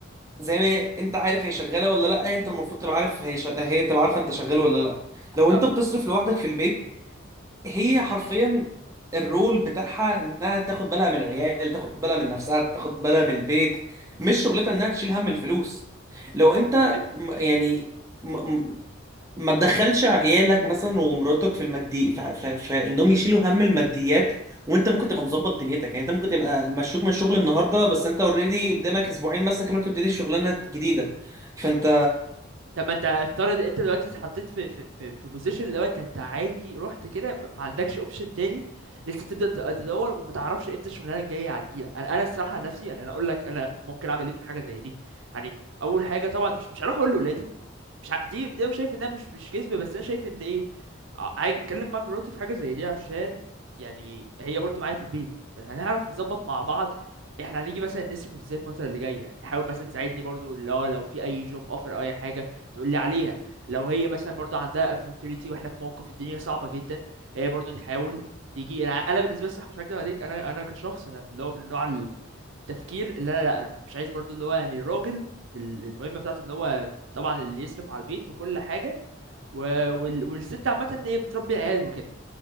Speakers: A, on the right; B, on the right.
A: زي ما انت عارف هي شغاله ولا لا انت المفروض تبقى عارف هي ش... هي تبقى عارفه انت شغال ولا لا لو
B: اه
A: انت بتصرف لوحدك في البيت هي حرفيا الرول بتاعها انها تاخد بالها من العيال تاخد بالها من نفسها تاخد بالها من البيت مش شغلتها انها تشيل هم الفلوس لو انت
B: ماشي
A: م- يعني م- م- ما تدخلش عيالك مثلا ومراتك في المادي ف- ف- فانهم يشيلوا هم الماديات وانت ممكن تبقى مظبط دنيتك يعني انت ممكن تبقى مشروك من الشغل النهارده بس انت اوريدي قدامك اسبوعين مثلا كمان تبتدي شغلانه جديده فانت
B: طب ما انت افترض انت دلوقتي اتحطيت في في في, في بوزيشن لو انت انت عادي رحت كده ما ما عندكش اوبشن تاني لسه تبدا ت- تدور وما تعرفش امتى الشغلانه الجايه هتجيلك انا انا الصراحه عن نفسي يعني انا اقول لك انا ممكن اعمل ايه في حاجه زي دي يعني اول حاجه طبعا مش مش هروح اقول لاولادي مش ع... دي ده مش شايف انها مش مش كذبه بس انا شايف ان ايه ع- عادي اتكلم مع مراتي في حاجه زي دي عشان يعني هي برضو معايا في البيت فهنعرف نظبط مع بعض احنا هنيجي مثلا نصرف ازاي الفتره اللي جايه تحاول مثلا تساعدني برضو اللي هو لو في اي جوب اوفر او اي حاجه تقول لي عليها لو هي مثلا برضو عندها opportunity واحنا في موقف الدنيا صعبه جدا هي برضو تحاول تيجي انا أنا بالنسبه لي صح مش هكدب عليك انا انا كشخص انا اللي هو من نوع التفكير اللي انا لا مش عايز برضو اللي هو يعني الراجل ال- المهمه بتاعته اللي هو طبعا اللي يصرف على البيت وكل حاجه و... وال... والست عامه ان هي بتربي العيال وكده